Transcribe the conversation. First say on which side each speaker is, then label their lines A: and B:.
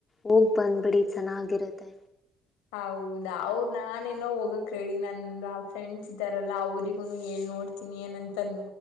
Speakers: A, on the left; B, on the left.
A: ಹೋಗ್ ಬಂದ್ಬಿಡಿ ಚೆನ್ನಾಗಿರತ್ತೆ.
B: ಹೌದ ಅವ್ರ ನಾನೇನೋ ಹೋಗಕ್ ರೆಡಿ ನನ್ ಫ್ರೆಂಡ್ಸ್ ಇದಾರಲ್ಲ ಅವ್ರಿಗುನು ಹೇಳ್ ನೋಡ್ತಿನಿ ಏನಂತರ್